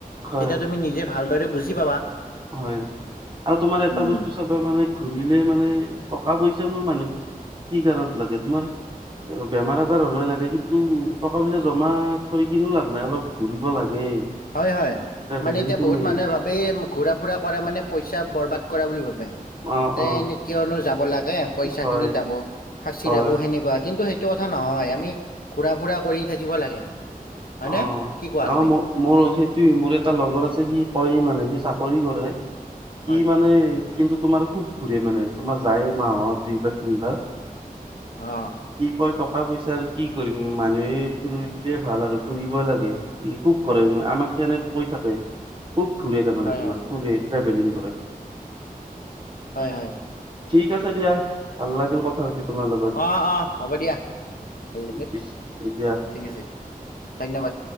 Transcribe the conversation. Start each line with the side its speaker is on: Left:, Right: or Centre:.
Right: হয়
Left: তেতিয়া তুমি নিজে ভালদৰে বুজি পাবা।
Right: হয় আৰু তোমাৰ এটা
Left: উম
Right: বস্তু, চবে মানে ঘূৰিলে মানে টকা পইচানো মানে কি কাৰণ লাগে তোমাৰ, বেমাৰ আজাৰ হ'লেই লাগে কিন্তু টকা পইচা জমা থৈ কিনো লাভ নাই অলপ ঘুৰিব লাগে,
Left: হয় হয়
Right: ট্ৰেভেলিংটো
Left: মানে এতিয়া বহুত
Right: মেইন
Left: মানুহে ভাবেই ঘূৰা ফুৰা কৰা মানে পইচা বৰবাদ কৰা বুলি ভাবে
Right: অ
Left: যে
Right: অ
Left: এনে কিয়নো যাব লা গে পইচা
Right: হয়
Left: খিনি যাব সাঁচি
Right: হয়
Left: ৰাখো সেনেকৌৱা কিন্তু সেই টো কথা নহয় আমি ঘুৰা ফুৰা কৰি থাকিব লাগে। হয়নে
Right: অ
Left: কি কোৱা
Right: অ
Left: তুমি?
Right: ম মোৰ সেইটোে মোৰ এটা লগৰ আছে সি কয়েই মানে সি চাকৰি কৰে সি
Left: হয়
Right: মানে কিন্তু তোমাৰ খুব ঘূৰে মানে তোমাৰ যায় মাহত দুইবাৰ তিনবাৰ
Left: অ
Right: কি কয় টকা পইচা আৰু কি কৰিম মানুহে ফুৰিলে ভাল আৰু ফুৰিব লাগে ই খুব কৰে আমাক কেনেকে কৈ থাকে খুব ফুৰে তাৰ মানে
Left: হয়
Right: তোমাৰ
Left: হয়
Right: ফুৰে ট্ৰেভেলিং কৰে।
Left: হয় হয়
Right: ঠিক আছে দিয়া ভাল লাগিল কথা পাতি। তোমাৰ লগত
Left: অ অ হ'ব দিয়া ভাল লে
Right: পিছ দিয়া
Left: ঠিক আছে ধন্যবাদ।